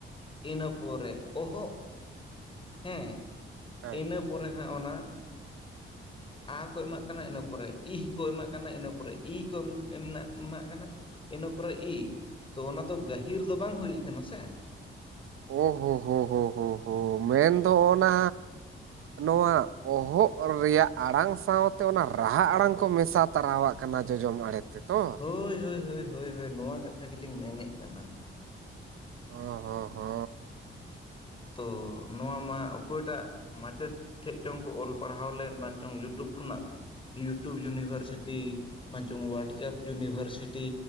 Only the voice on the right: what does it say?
ᱦᱳᱭ
ᱚᱦᱳ ᱦᱳ ᱦᱳ ᱦᱳ ᱦᱳ ᱢᱮᱱᱫᱚ ᱚᱱᱟ ᱱᱚᱣᱟ ᱚᱦᱚᱜ ᱨᱮᱭᱟᱜ ᱟᱲᱟᱝ ᱥᱟᱶᱛᱮ ᱚᱱᱟ ᱨᱟᱦᱟ ᱟᱲᱟᱝ ᱠᱚ ᱢᱮᱥᱟ ᱛᱟᱨᱟᱣᱟᱜ ᱠᱟᱱᱟ ᱡᱚᱡᱚᱢ ᱟᱲᱮ ᱛᱮᱛᱚ?
ᱚᱸ ᱦᱚ ᱦᱚ᱾